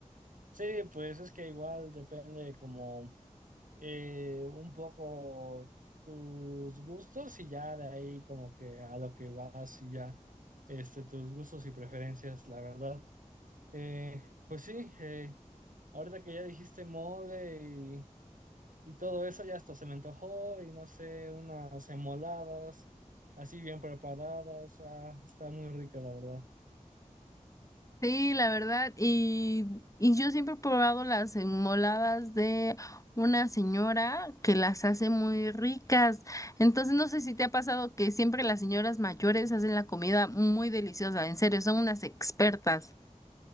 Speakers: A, on the right (about 85°); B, on the left (about 25°).
A: Sí, pues es que igual depende como eh, un poco tus gustos y ya de ahí como que a lo que vas y ya este, tus gustos y preferencias, la verdad. Eh, pues sí, eh, ahorita que ya dijiste mole Y todo eso ya hasta se me antojó y no sé, unas enmoladas así bien preparadas. ah, está muy rica, la verdad.
B: Sí, la verdad, y, y yo siempre he probado las enmoladas de una señora que las hace muy ricas. Entonces, no sé si te ha pasado que siempre las señoras mayores hacen la comida muy deliciosa, en serio, son unas expertas.